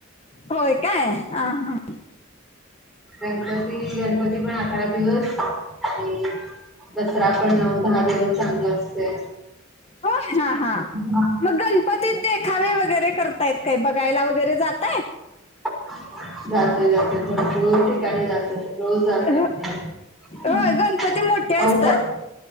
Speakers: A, on the left (about 30°); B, in the centre.
A: होय काय ह ह
B: गणपती गणपती पण अकरा दिवस आणि दसरा पण नऊ, दहा दिवस चांगला असतोय.
A: होय हा हा
B: हा
A: मग गणपतीत देखावे वगैरे करता येत काय? बघायला वगैरे जाताय.
B: <inaudible> जातोय जातोय भरपूर ठिकाणी जातोय. रोज जातोय
A: हो-
B: आम्ही
A: होय गणपती मोठे
B: पावसात
A: असतात